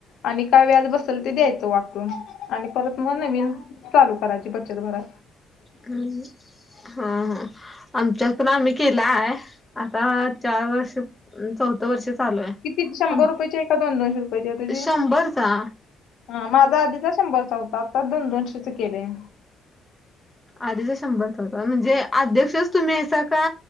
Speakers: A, on the left; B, in the centre.
A: आणि काय व्याज बस सल ते द्यायचं वाटून आणि परत मग नवीन चालू करायची बचत भरा.
B: हम्म. हा हा आमच्यात पण आम्ही केला आहे आता चार वर्ष चौथं वर्ष चालू हाय,
A: किती शंभर रुपयाची आहे का दोन दोनशे रुपयाची आहे तुझी
B: शंभरचा.
A: हा माझा आधीचा शंभरचा होता, आता दोन दोनशेचं केलंय मी.
B: आधीचा शंभरचा होता, म्हणजे अध्यक्षच तुम्ही हायसा का